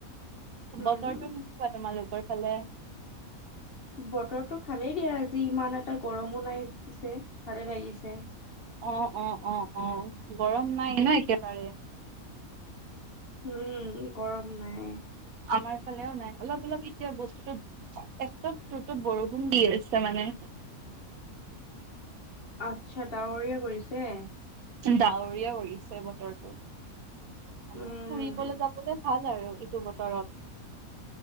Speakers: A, on the left; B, on the right.
A: উম,
B: বতৰটো কেনেকুৱা তোমালোক সেইফালে
A: বতৰটো ভালেই দিয়া আজি ইমান এটা গৰমো নাই পিছে ভালে লাগিছে।
B: অ' অ' অ' অ' গৰম নাই ন এতিয়া ফালে
A: উম গৰম নাই।
B: আমাৰ ফালেও নাই অলপ অলপ এতিয়া বস্তুটো একপ দুপ বৰষুণ দি আছে মানে
A: আচ্ছা ডাৱৰীয়া কৰিছে।
B: ডাৱৰীয়া পৰিছে বতৰটো। ফুুৰিবলে
A: উম,
B: যাবলে ভাল আৰু এইটো বতৰত